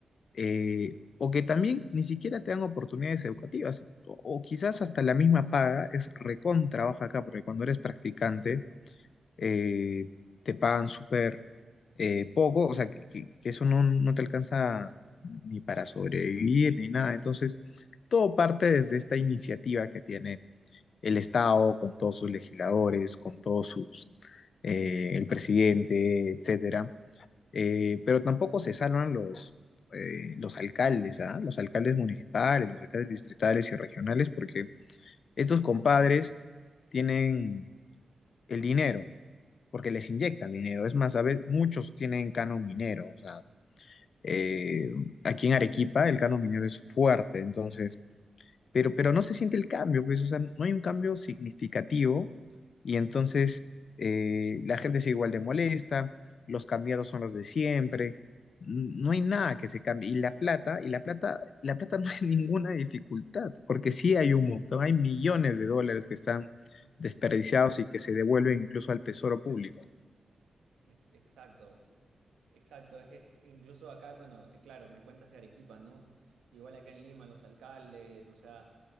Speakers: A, on the left; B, on the right.
A: eh, o que también ni siquiera te dan oportunidades educativas, o, o quizás hasta la misma paga es recontra baja acá, porque cuando eres practicante eh, te pagan súper eh, poco, o sea, que, que eso no, no te alcanza ni para sobrevivir ni nada. Entonces, todo parte desde esta iniciativa que tiene el Estado con todos sus legisladores, con todos sus, eh, el presidente, etcétera. Eh, pero tampoco se salvan los, eh, los alcaldes, ¿ah? Los alcaldes municipales, los alcaldes distritales y regionales, porque estos compadres tienen el dinero porque les inyectan dinero. Es más, a veces muchos tienen canon minero, o sea, eh, aquí en Arequipa el canon minero es fuerte, entonces, pero, pero no se siente el cambio, pues, o sea, no hay un cambio significativo y entonces eh, la gente sigue igual de molesta, los candidatos son los de siempre, n- no hay nada que se cambie. Y la plata, y la plata, la plata <laughs> no es ninguna dificultad, porque sí hay un montón, hay millones de dólares que están
B: Ujú.
A: desperdiciados y que se devuelven incluso al tesoro público.
B: Ex- Exacto, exacto. Es, es- incluso acá, bueno, eh, claro, me cuentas de Arequipa, ¿no? Igual acá en Lima, los alcaldes, o sea,